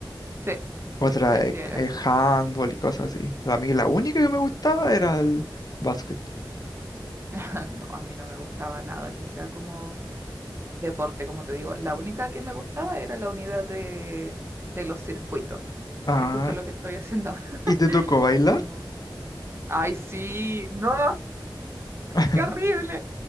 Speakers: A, on the right; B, on the left.
A: Sí,
B: otra
A: sí, sí,
B: eh,
A: era
B: eh,
A: así.
B: handball y cosas así. A mí la única que me gustaba era el básquet.
A: <laughs> No, a mí no me gustaba nada que sea como deporte, como te digo. La única que me gustaba era la unidad de, de los circuitos,
B: Ah,
A: que es justo lo que estoy haciendo <laughs> ahora.
B: ¿y te tocó bailar?
A: Como, ay, sí, no.
B: <laughs>
A: qué horrible.